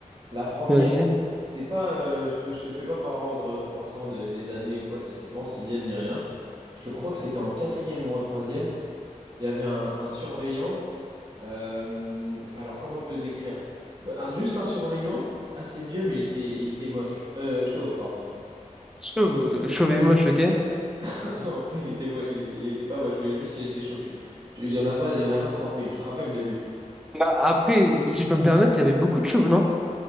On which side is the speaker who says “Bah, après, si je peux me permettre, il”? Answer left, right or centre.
Centre